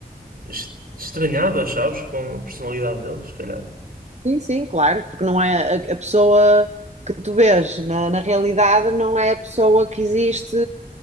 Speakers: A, on the right; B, on the right.
A: es- estranhadas, sabes? Com a personalidade deles, se calhar.
B: Sim, sim, claro, porque não é a, a pessoa que tu vês na, na realidade não é a pessoa que existe